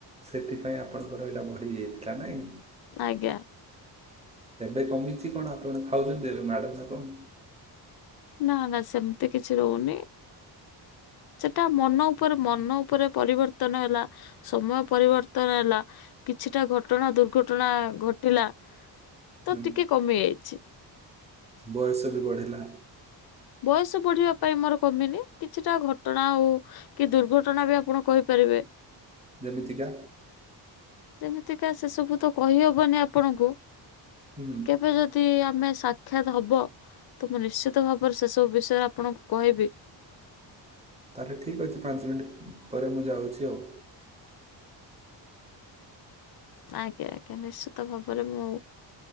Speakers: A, on the right; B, on the left.
A: ସେଥିପାଇଁ ଆପଣଙ୍କର ଏଇଟା ବଢି ଯାଇଥିଲା ନାଇଁ।
B: ଆଜ୍ଞା।
A: ଏବେ କମିଛି। କଣ ଆପଣ ଖାଉଛନ୍ତି, ଏବେ ମାଡ ନା କଣ?
B: ନା ନା ସେମିତି କିଛି ରହୁନି। ସେଟା ମନ ଉପରେ, ମନ ଉପରେ ପରିବର୍ତ୍ତନ ହେଲା। ସମୟ ପରିବର୍ତ୍ତନ ହେଲା କିଛିଟା ଘଟଣା, ଦୁର୍ଘଟଣା ଘଟିଲା। ତ
A: ହୁଁ
B: ଟିକେ କମି ଯାଇଛି।
A: ବୟସ ବି ବଢିଲା।
B: ବୟସ ପଢିବା ପାଇଁ ମୋର କମିନି। କିଛିଟା ଘଟଣା ଆଉ କି ଦୁର୍ଘଟଣା ବି ଆପଣ କହିପାରିବେ।
A: ଯେମିତିକା।
B: ଯେମିତିକା ସେ ସବୁ ତ କହିହବନି ଆପଣଙ୍କୁ।
A: ହୁଁ
B: କେବେ ଯଦି ଯଦି ଆମେ ସାକ୍ଷାତ ହବ ତ। ମୁଁ ନିଶ୍ଚିତ ଭାବରେ ସେ ସବୁ ବିଷୟ ଆପଣଙ୍କୁ କହିବି।
A: ତା ହେଲେ ଠିକ୍ ଅଛି। ପାଞ୍ଚ ମିନିଟ୍ ପରେ ମୁଁ ଯାଉଛି ଆଉ।
B: ଆଜ୍ଞା ଆଜ୍ଞା। ନିଶ୍ଚିତ ଭାବରେ ମୁଁ